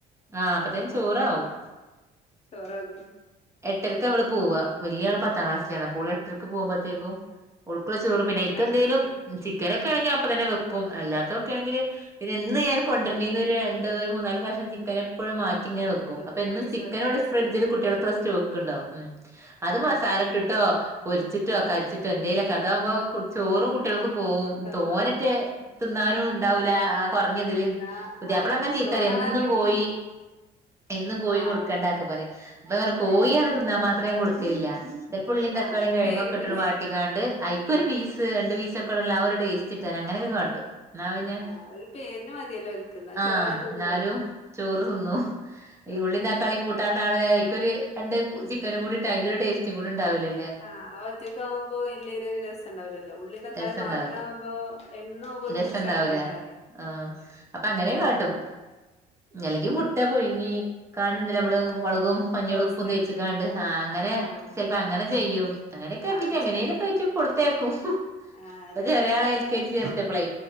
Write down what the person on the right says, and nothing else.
ആഹ് അപ്പത്തേനെ ചോറാവും
എട്ടരക്ക അവള് പോവ വല്ല്യ ആള് പത്താ ക്ലാസിലാണ് അപ്പോൾ എട്ടരക്ക് പോവുമ്പഴത്തേക്കും ഓൾക്കുള്ള ചോറ് പിന്നെ
ഇക്ക എന്തേലും ചിക്കനൊക്കെ ആണെങ്കി അപ്പ തന്നെ വെക്കും എല്ലാത്തൊക്കെയാണെങ്കില് എന്ന് ഞാൻ കൊണ്ട്യരിനിന്ന് ഒര് രണ്ട് ഒരു മൂന്നാല് കഷ്ണം ചിക്കന് എപ്പഴും മാറ്റിങ്ങനെ
വെക്കും അപ്പം എന്നും
ചി
ഇവടെ
സ്ഫ്രിജില് കുട്ട്യോൾക്ക് ഒള്ള സ്റ്റോക്ണ്ടാവും മ് അത്
മസാല ട്ടിട്ടോ പൊരിച്ചിട്ടോ കരിച്ചിട്ടോ എന്തേലൊക്കെ അഥാവുമ്പോ കു ചോറും കുട്ട്യോൾക് പോവും
തോനറ്റ് തിന്നാനും ഉണ്ടാവൂല കൊറഞ്ഞതില്
പുതിയപ്പള
അങ്ങനെ ചീത്തറിം
എന്നും
കോയി
എന്നും കോയി
കൊടു ക്ക പറയേം <unintelligible> കോയിർ തിന്നാ മാത്രേ ഞാൻ കൊടുകെല്ല്യ ഉള്ളിം തക്കളിം
കെഴങ്ങുകെ
ഇട്ടുണ്ട് വാട്ടിക്കാണ്ട് അയികൊരുപീസ് രണ്ട് പീസോക്കെടല ആ ഒരു ടെസ്റ്റിട്ടാൻ അങ്ങനെയൊക്കെ കാട്ടും ന്നാ പിന്നെ
ആഹ്
എന്നാലും ചോറ് തിന്നു
ഈ ഉള്ളി തക്കാളിയും കൂട്ടാണ്ടാണ് ഇക്കൊര് രണ്ട് ചിക്കനും കൂടിട്ട് അയിന്റെ ഒര് ടേസ്റ്റും കൂടിണ്ടാവുല
രസണ്ടാവൂല
രസണ്ടാവൂല
ആഹ് അപ്പ അങ്ങനേം കാട്ടും അല്ലങ്കി മുട്ട പുഴുങ്ങി കാണണ്ടല്ലേ നമ്മള് മൊളകും പഞ്ഞളും
ഉപ്പും തേചിക്കാണ്ട്
ആഹ് അങ്ങനെ
ചെൽപ്പം അങ്ങനെ ചെയ്യും അങ്ങനെക്കെ ആക്കിട്ട്
എങ്ങനെലൊക്കെ
ആയിട്ട് കൊടുത്തേക്കും
ഇപ്പൊ
ചെറിയളെ എൽ കെ ജി ചേർത്തിപ്പളേ